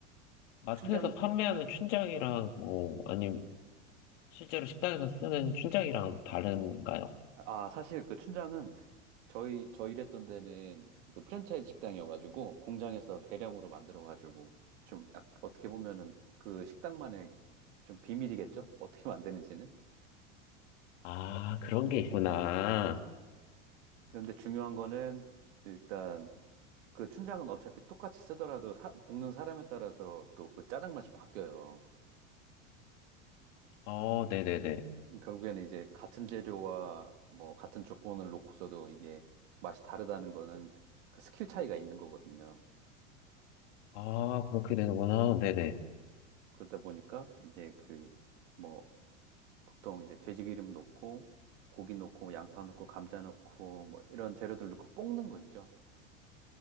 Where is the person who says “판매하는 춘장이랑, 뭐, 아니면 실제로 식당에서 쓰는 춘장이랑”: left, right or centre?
Left